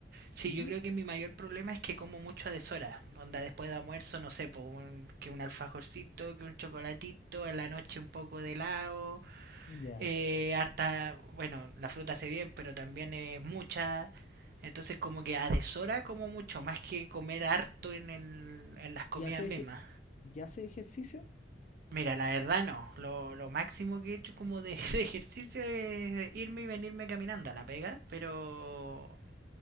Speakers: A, on the right; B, on the left.
A: Sí,
B: ¿Mm?
A: yo creo que mi mayor problema es que como mucho a deshora. Onda después de almuerzo, no sé, po, un- que un alfajorcito, que un chocolatito, en la noche un poco de helado,
B: ya.
A: eh, harta, bueno, la fruta hace bien, pero también es mucha. Entonces como que a deshora como mucho, más que comer harto en, el, en las comidas
B: ¿Y hace,
A: mismas.
B: eje- y hace ejercicio?
A: Mira, la verdad no, lo, lo máximo que he hecho como de, <laughs> de ejercicio es irme y venirme caminando a la pega, pero,